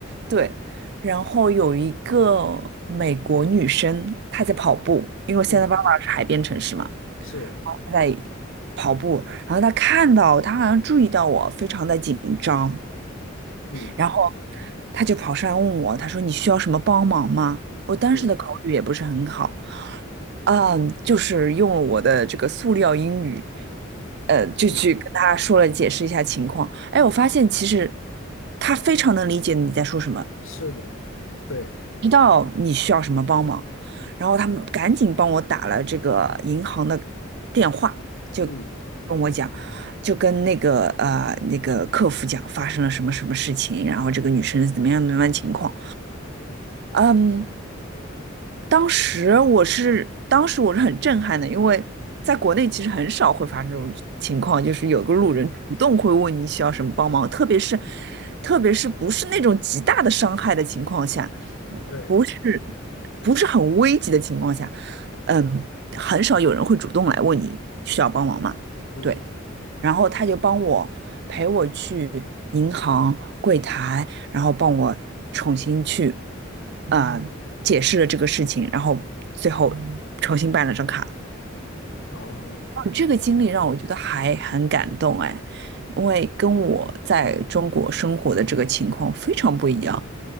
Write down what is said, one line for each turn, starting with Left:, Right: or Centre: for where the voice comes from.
Right: 对，然后有一个美国女生，她在跑步，因为我现在爸爸是海边城市嘛，
Left: 嗯是，
Right: 他在跑步，然后他看到他好像注意到我非常的紧张，
Left: 嗯
Right: 然后他就跑上来问我，他说你需要什么帮忙吗？我当时的口语也不是很好，
Left: 嗯
Right: 嗯，就是用了我的这个塑料英语，呃，就去跟他说了解释一下情况。
Left: 嗯，
Right: 哎，我发现其实他非常能理解你在说什么。
Left: 是的，对，
Right: 知道你需要什么帮忙，然后他们赶紧帮我打了这个银行的电话，就
Left: 嗯
Right: 跟我讲，就跟那个呃那个客服讲发生了什么什么事情，然后这个女生是怎么样怎么样情况，嗯。当时我是，当时我是很震撼的，因为在国内其实很少会发生这种情况，就是有个路人主动会问你需要什么帮忙，
Left: 是，
Right: 特别是，特别是不是那种极大的伤害的情况下，
Left: 对，
Right: 不是不是很危急的情况下，嗯，很少有人会主动来问你需要帮忙嘛。
Left: 嗯，
Right: 对。然后他就帮我陪我去银行柜台，然后帮我重新去啊呃解释了这个事情，然后最后重新办了张卡。
Left: 哦，
Right: 哦这个经历让我觉得还很感动哎，因为跟我在中国生活的这个情况非常不一样。